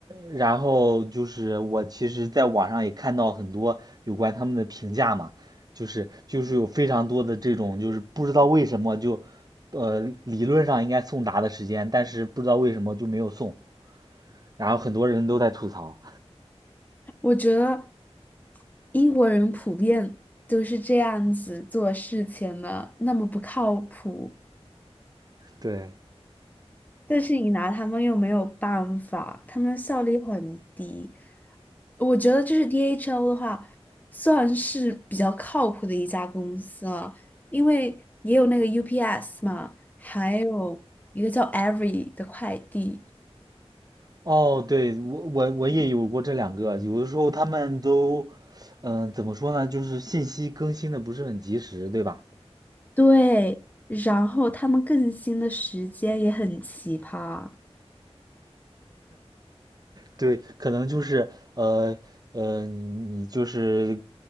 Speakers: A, on the right; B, on the left.
A: 然后就是我其实在网上也看到很多有关他们的评价嘛，就是就是有非常多的这种就是不知道为什么就，呃，理论上应该送达的时间，但是不知道为什么就没有送，然后很多人都在吐槽。
B: 我觉得英国人普遍都是这样子做事情的，那么不靠谱。
A: 对，
B: 但是你拿他们又没有办法，他们的效率很低。我觉得就是 DHL 的话，算是比较靠谱的一家公司了，因为也有那个 UPS 嘛，还有一个叫 Every 的快递。
A: 哦，对，我我我也有过这两个，有的时候他们都，嗯、怎么说呢，就是信息更新的不是很及时，对吧？
B: 对，然后他们更新的时间也很奇葩。
A: 对，可能就是呃呃，你你就是